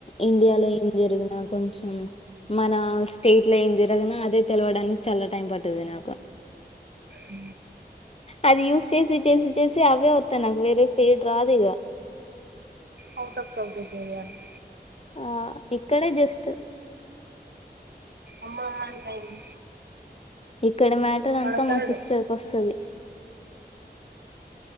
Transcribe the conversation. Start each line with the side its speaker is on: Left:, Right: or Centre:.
Left: ఇండియాలో ఏం జరిగినా కొంచెం మన స్టేట్ లో ఏం జరిగినా అదే తెలవడానికి చాలా టైం పడతాది నాకు
Right: ఉ
Left: అది యూస్ చేసి చేసి చ్చేసి అవే వొత్తన్నై నాకు వేరే ఫీడ్ రాదు ఇగా
Right: ఆవుట్ ఆఫ్ కంక్లూజన్ నే అంట
Left: ఆ ఇక్కడే జస్ట్
Right: అమ్మ అమ్మ అంటాడు
Left: ఇక్కడ మ్యాటర్ అంతా
Right: వత్తలేడు
Left: మా సిస్టర్ కి వోస్తది.